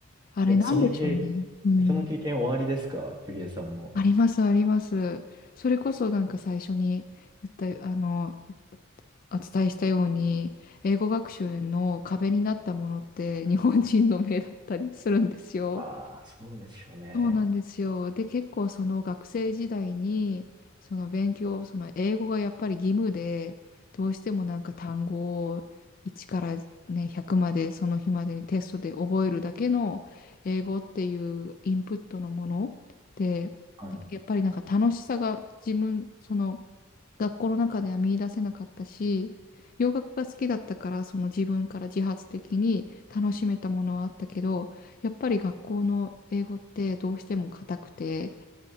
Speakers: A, on the left; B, on the right.
A: あれなんでしょうね。
B: え、その経、
A: うん。
B: その経験終わりですかゆりえさんも。
A: あります、あります。それこそなんか最初に言った、あの、お伝えしたように、英語学習の壁になったものって日本人の目だったりするんですよ。
B: ああ、そうですよね。
A: そうなんですよ。で、結構その学生時代に、その勉強、その英語がやっぱり義務で、どうしてもなんか単語を1からね、100までその日までにテストで覚えるだけの英語っていうインプットのもので、
B: はい。
A: やっぱりなんか楽しさが自分、その学校の中では見出せなかったし、洋楽が好きだったから、その自分から自発的に楽しめたものはあったけど、やっぱり学校の英語ってどうしても硬くて、